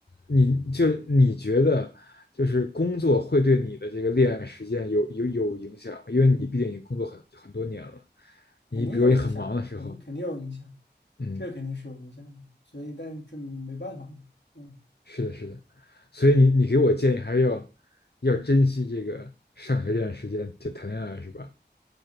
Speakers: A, on the left (about 65°); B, on the left (about 80°).
A: 你就你觉得就是工作会对你的这个恋爱时间有有有影响吗因为你毕竟已经工作很很多年了，
B: 肯定有影响，
A: 你比如你很忙的时候，
B: 肯肯定有影响，
A: 嗯
B: 这个肯定是有影响的所以但是这没办法嘛，嗯。
A: 是的，是的，所以你你给我建议还是要要珍惜这个上学这段时间，就谈恋爱是吧？